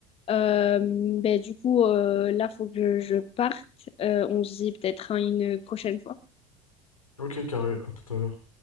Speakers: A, on the left (about 35°); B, on the left (about 80°).
A: Euh, bah, du coup, euh, là, faut que je, je parte. Euh, on se dit peut-être à une prochaine fois.
B: Ok, carré, à tout à l'heure.